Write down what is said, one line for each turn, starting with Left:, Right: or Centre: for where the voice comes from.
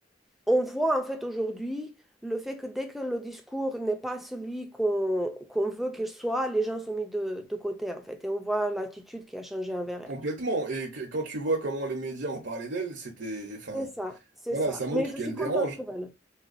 Centre: on voit en fait aujourd'hui le fait que dès que le discours n'est pas celui qu'on qu'on veut qu'il soit, les gens sont mis de, de côté en fait. Et on voit l'attitude qui a changé envers elle.
Right: complètement et que- quand tu vois comment les médias ont parlé d'elle, c'était enfin
Centre: C'est ça, c'est
Right: voilà,
Centre: ça.
Right: ça montre
Centre: Mais je
Right: qu'elle
Centre: suis contente
Right: dérange
Centre: pour elle.